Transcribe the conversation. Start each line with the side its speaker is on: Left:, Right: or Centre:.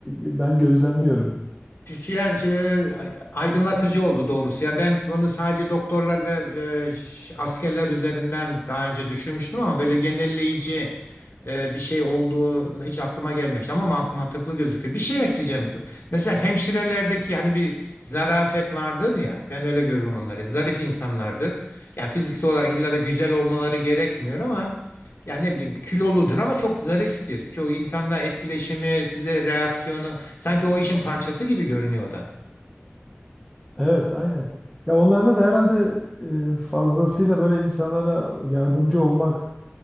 Centre: e, ben gözlemliyorum.
Left: Yani şimdi aydınlatıcı oldu doğrusu. Ya ben bunu sadece doktorlar ve e, ş- askerler üzerinden daha önce düşünmüştüm ama böyle genelleyici e, bir şey olduğu hiç aklıma gelmemişti ama ma- mantıklı gözüküyor. Bir şey ekleyeceğim. Mesela hemşirelerdeki hani bir zarafet vardır ya ben öyle görürüm onları. Zarif insanlardır. Yani fiziksel olarak illa da güzel olmaları gerekmiyor ama yani ne bileyim kiloludur ama çok zariftir. Çok insanla etkileşimi, size reaksiyonu Sanki o işin parçası gibi görünüyor da.
Centre: Evet, aynen. Ya onlarda da herhalde e, fazlasıyla böyle insanlara yardımcı olmak